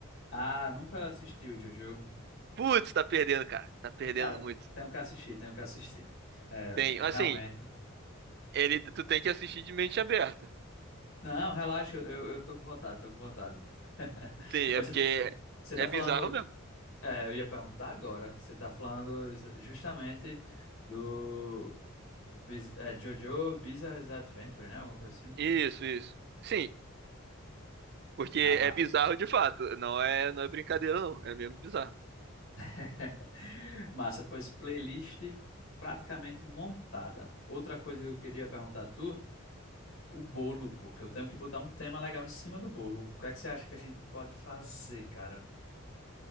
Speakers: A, on the left (about 65°); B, on the right (about 50°).
A: Ah, eu nunca assisti o Jojo.
B: Putz, tá perdendo, cara. Tá perdendo
A: Cara,
B: muito.
A: tenho que assistir, tenho que assistir. É,
B: Tem, assim,
A: realmente.
B: ele, tu tem que assistir de mente aberta.
A: Não, relaxa, eu, eu tô com vontade, tô com vontade. <laughs>
B: Tem,
A: Mas
B: é porque
A: você você tá
B: é
A: falando,
B: bizarro mesmo.
A: é, eu ia perguntar agora, você tá falando ju- justamente do Biz- é, Jojo Bizarre Adventure, né? Alguma coisa assim.
B: Isso, isso. Sim, Porque
A: Ah, massa,
B: é bizarro
A: massa.
B: de fato. Não é, não é brincadeira, não. É mesmo bizarro.
A: <laughs> Massa, pois playlist praticamente montada. Outra coisa que eu queria perguntar a tu, o bolo, pô, que eu tenho que botar um tema legal em cima do bolo. O que é que você acha que a gente pode fazer, cara?